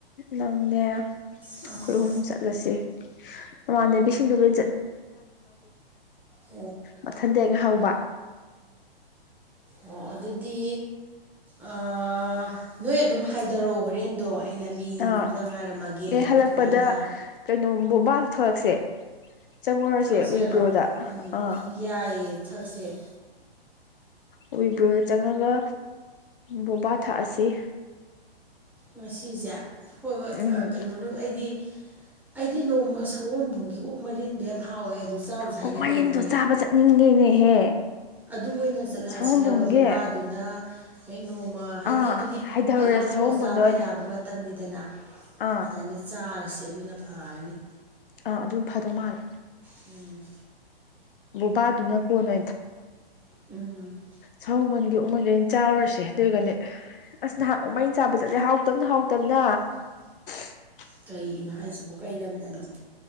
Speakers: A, on the left; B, in the centre.
A: ꯅꯪꯅꯦ ꯑꯩꯈꯣꯏ
B: ꯑꯥ
A: ꯑꯍꯨꯝ ꯆꯠꯂꯁꯤ ꯃꯃꯥꯟꯅꯕꯤꯁꯤꯡꯗꯣ ꯂꯣꯏ
B: ꯑꯣ <inaudible>
A: ꯃꯊꯟꯗ ꯍꯦ ꯉꯥꯏꯍꯧꯕ
B: ꯑꯣ ꯑꯗꯨꯗꯤ ꯑꯥ ꯅꯣꯏ ꯑꯗꯨꯝ ꯍꯥꯏꯗꯔꯛꯑꯣ ꯍꯣꯔꯦꯟꯗꯣ ꯑꯩ ꯂꯝꯕꯤꯗ
A: ꯑꯥ
B: ꯉꯥꯏꯔꯝꯃꯒꯦ ꯑꯩꯈꯣꯏ
A: ꯑꯦ ꯍꯜꯂꯛꯄꯗ
B: ꯊꯣꯡꯒꯥꯟꯗ
A: ꯀꯩꯅꯣꯝ ꯕꯣꯕꯥꯁꯨ ꯊꯛꯂꯛꯁꯦ ꯆꯪꯉꯨꯔꯁꯦ
B: ꯊꯠꯂꯛꯁꯦ
A: ꯋꯤꯕ꯭ꯔꯣꯗ
B: ꯍꯥꯏꯔꯣ ꯎꯝ
A: ꯑꯥ
B: ꯌꯥꯏꯌꯦ ꯊꯛꯁꯦ <inaudible>
A: ꯑꯣꯏꯗꯣꯏ ꯆꯪꯉꯒ ꯕꯣꯕꯥ ꯊꯛꯑꯁꯤ
B: ꯉꯁꯤꯁꯦ ꯍꯣꯏ ꯍꯣꯏ
A: ꯎꯝ
B: ꯑ ꯀꯩꯅꯣꯅꯨ ꯑꯩꯗꯤ ꯑꯩꯗꯤ ꯅꯣꯡꯃ ꯁꯑꯣꯝꯕꯨꯡꯒꯤ ꯑꯣꯛ ꯃꯔꯤꯟꯗꯣ ꯌꯥꯝ ꯍꯥꯎꯋꯦ ꯑꯗꯨ ꯆꯥꯎꯁꯦ
A: ꯑꯣꯛ
B: ꯍꯥꯏꯒꯦ
A: ꯃꯔꯤꯟꯗꯣ
B: ꯇꯩꯅꯤꯅꯦ
A: ꯆꯥꯕ ꯆꯠꯅꯤꯡꯉꯦꯅꯦꯍꯦ
B: ꯑꯗꯨ ꯑꯣꯏꯅ ꯆꯠꯂꯛꯑꯁꯤ
A: ꯁꯑꯣꯝꯕꯨꯡꯒꯤ
B: ꯔꯕ ꯕꯣꯕꯥꯗꯨꯅ ꯍꯦꯛ ꯅꯣꯡꯃ ꯍꯥꯏꯗꯤ
A: ꯑꯥ
B: ꯑꯗꯨꯗꯤ
A: ꯍꯥꯏꯊꯔꯨꯔꯁꯤ
B: ꯐꯠ ꯂꯥꯎꯊꯣꯛꯑ
A: ꯁꯑꯣꯝꯕꯨꯟꯗ
B: ꯆꯥꯕ
A: ꯑꯣꯏꯅ
B: ꯌꯥꯕ ꯃꯇꯝꯅꯤꯗꯅ
A: ꯑꯥ
B: ꯑꯗꯥꯏꯅ ꯆꯥꯔꯁꯦ ꯑꯗꯨꯅ ꯐꯔꯅꯤ
A: ꯑꯥ ꯑꯗꯨꯝ ꯐꯗꯧ ꯃꯥꯜꯂꯦ
B: ꯎꯝ
A: ꯕꯣꯕꯥꯗꯨꯅ ꯀꯣꯟꯅ
B: <inaudible> ꯎꯝ
A: ꯁꯑꯣꯝꯕꯨꯒꯤ ꯑꯣꯛ ꯃꯩꯔꯤꯜ ꯆꯥꯎꯔꯁꯦ ꯑꯗꯨꯏꯒꯗꯤ ꯑꯁ ꯅꯍꯥꯟ ꯑꯣꯛ ꯃꯔꯤꯜ ꯆꯥꯕ ꯆꯠꯂꯦ ꯍꯥꯎꯇꯝꯅ ꯍꯥꯎꯇꯝꯅ
B: ꯍꯥꯎꯇꯝꯅ
A: <inaudible>
B: ꯀꯔꯤꯒꯤꯅꯣ ꯍꯥꯏꯁꯤꯕ ꯀꯩ ꯂꯝꯗꯅꯣ